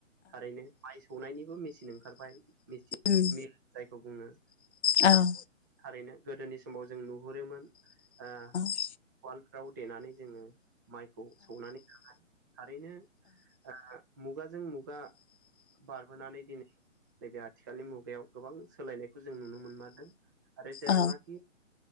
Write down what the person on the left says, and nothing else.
उम
औ
औ
औ